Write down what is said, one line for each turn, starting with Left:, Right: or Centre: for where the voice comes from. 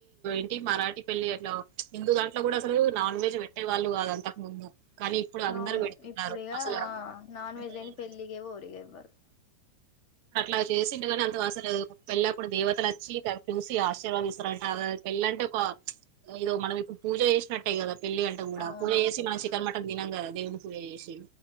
Right: ఇవి మరాఠీ పెళ్లి అట్లా హిందూ దాంట్లో కూడా అసలు నాన్ వెజ్ పెట్టే వాళ్ళు కాదు అంతకు ముందు కానీ ఇప్పుడు అందరు
Left: అవును
Right: పెడుతున్నారు
Left: ఇప్పుడిగా
Right: అసలు
Left: నాన్
Right: ఉమ్,
Left: వెజ్ లేని పెళ్ళికే పోరు ఎవ్వరు
Right: అట్లా చేసిండు గాని అంత అసలు పెళ్ళప్పుడు దేవతలు వచ్చి చూసి ఆశీర్వాదీస్తారంట పెళ్ళి అంటే ఒక ఏదో మనం ఇప్పుడు పూజ చేసినట్టే కదా పెళ్ళి అంటే కూడా
Left: అవును
Right: పూజ చేసి మనం చికెన్
Left: ఆ
Right: మటన్ తినం కదా దేవుని పూజ చేశి